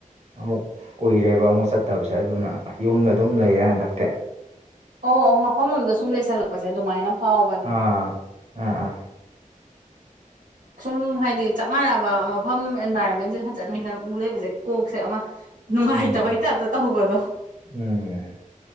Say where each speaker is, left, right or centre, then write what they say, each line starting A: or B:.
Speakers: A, on the right; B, on the right.
A: ꯑꯃꯨꯛ ꯀꯨꯏꯔꯦꯕ ꯑꯃꯨꯛ ꯆꯠꯇꯕꯁꯦ ꯑꯗꯨꯅ ꯌꯨꯝꯗ ꯑꯗꯨꯝ ꯂꯩꯔꯦꯕ ꯍꯟꯗꯛꯇꯤ
B: ꯑꯣ ꯑꯣ ꯃꯐꯝ ꯑꯃꯝꯗ ꯁꯨꯝ ꯂꯩꯁꯜꯂꯛꯄꯁꯦ ꯑꯗꯨꯃꯥꯏꯅ ꯐꯥꯎꯕꯅꯦ
A: ꯑꯥ ꯑꯥ ꯑꯥ
B: ꯁꯨꯝ ꯍꯥꯏꯗꯤ ꯆꯞ ꯃꯥꯟꯅꯕ ꯃꯐꯝ ꯑꯦꯟꯚꯥꯏꯔꯣꯟꯃꯦꯟꯁꯦ ꯍꯟꯖꯟ ꯍꯟꯖꯟꯅ ꯎ ꯂꯩꯕꯁꯦ ꯀꯣꯛꯁꯦ ꯑꯃ ꯅꯨꯡꯉꯥꯏꯇꯕꯩ
A: ꯎꯝ
B: ꯇꯞꯇ ꯇꯧꯕꯗꯣ
A: ꯎꯝ